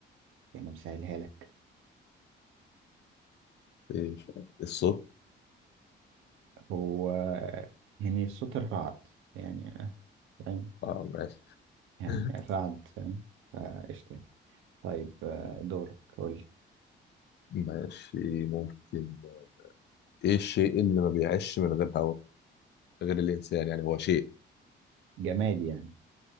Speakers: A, on the right; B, on the left.
A: يعني مسهلها لك
B: ايه مش عارف الصوت
A: هو آه، يعني صوت الرعد يعني آه، فاهم
B: اه ماشي
A: يعني
B: <laughs>
A: الرعد فاهم فقشطة طيب آه، دورك قول لي
B: ماشي ممكن ايه الشيء اللي ما بيعيش من غير هواء غير الانسان يعني هو شيء
A: جماد يعني